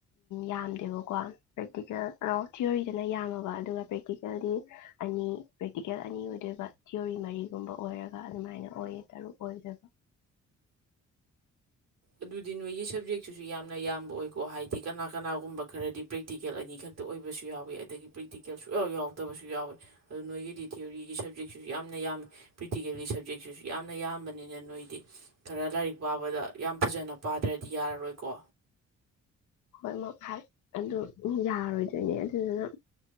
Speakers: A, on the left; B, on the right.
A: ꯌꯥꯝꯗꯦꯕꯀꯣ ꯄ꯭ꯔꯦꯛꯇꯤꯀꯦꯜ ꯑꯣ ꯊꯤꯌꯣꯔꯤꯗꯅ ꯌꯥꯝꯃꯕ ꯑꯗꯨꯒ ꯄ꯭ꯔꯦꯛꯇꯤꯀꯦꯜꯗꯤ ꯑꯅꯤ ꯄ꯭ꯔꯦꯛꯇꯤꯀꯦꯜ ꯑꯅꯤ ꯑꯣꯏꯗꯣꯏꯕ ꯊꯤꯑꯣꯣꯔꯤ ꯃꯔꯤꯒꯨꯝꯕ ꯑꯣꯏꯔꯒ ꯑꯗꯨꯃꯥꯏꯅ ꯑꯣꯏꯌꯦ ꯇꯔꯨꯛ ꯑꯣꯏꯗꯣꯏꯕ
B: ꯑꯗꯨꯗꯤ ꯅꯣꯏꯒꯤ ꯁꯕꯖꯦꯛꯛꯇꯨꯁꯨ ꯌꯥꯝꯅ ꯌꯥꯝꯕ ꯑꯣꯏꯀꯣ ꯍꯥꯏꯗꯤ ꯀꯅꯥ ꯀꯅꯥꯒꯨꯝꯕ ꯈꯔꯗꯤ ꯄ꯭ꯔꯦꯛꯇꯤꯀꯦꯜ ꯑꯅꯤ ꯈꯛꯇ ꯑꯣꯏꯕꯁꯨ ꯌꯥꯎꯋꯤ ꯑꯗꯒꯤ ꯄ꯭ꯔꯦꯛꯇꯤꯀꯦꯜ ꯁꯨꯛꯌꯥꯎ ꯌꯥꯎꯔꯛꯇꯕꯁꯨ ꯌꯥꯎꯋꯤ ꯑꯗꯨ ꯅꯣꯏꯒꯤꯗꯤ ꯊꯤꯑꯣꯔꯤꯒꯤ ꯁꯞꯖꯦꯛꯁꯤꯁꯨ ꯌꯥꯝꯅ ꯌꯥꯝꯃꯤ ꯄ꯭ꯔꯦꯛꯇꯤꯀꯦꯜꯒꯤ ꯁꯕꯖꯦꯛꯁꯤꯁꯨ ꯌꯥꯝꯅ ꯌꯥꯝꯕꯅꯤꯅ ꯅꯣꯏꯗꯤ ꯈꯔ ꯂꯥꯏꯔꯤꯛ ꯄꯥꯕꯗ ꯌꯥꯝ ꯐꯖꯅ ꯄꯥꯗ꯭ꯔꯗꯤ ꯌꯥꯔꯔꯣꯏꯀꯣ
A: ꯍꯣꯏ ꯍꯥꯏ ꯑꯗꯨ ꯌꯥꯔꯔꯣꯏꯗꯣꯏꯅꯦ ꯑꯗꯨꯗꯨꯅ